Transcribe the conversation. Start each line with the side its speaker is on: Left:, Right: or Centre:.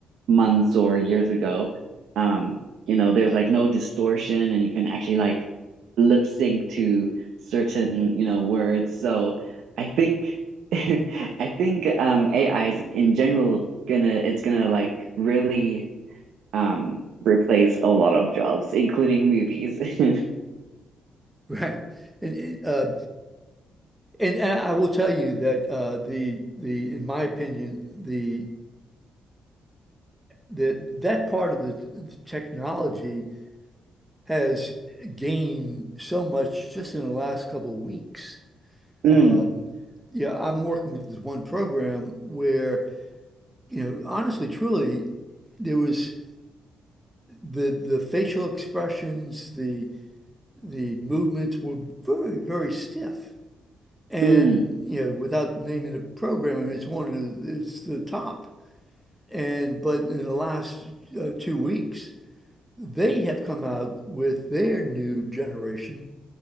Right: months or years ago. Um, you know, there's like no distortion and you can actually like lip sync to certain, you know, words. So I think <laughs> I think um AI is in general gonna it's gonna like really um replace a lot of jobs, including movies. <laughs>
Centre: Right. And, uh, and and I will tell you that uh, the the in my opinion the that that part of the, the technology has gained so much just in the last couple of weeks.
Right: Mm,
Centre: Um, yeah, I'm working with this one program where, you know, honestly, truly, there was the the facial expressions, the the movements were very, very stiff. And,
Right: mm.
Centre: you know, without naming the program, I mean, it's one of the, it's the top. And but in the last uh, two weeks, they have come out with their new generation,